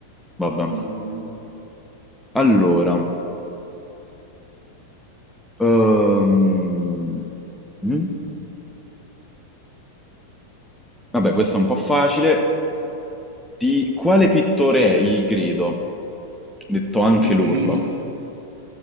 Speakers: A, in the centre; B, on the right.
A: Vabbè.
B: Maronna.
A: Allora, ehm, mm? Vabbè, questo è un po' facile. Di quale pittore è il grido? Detto anche
B: Il
A: l'urlo.
B: grido.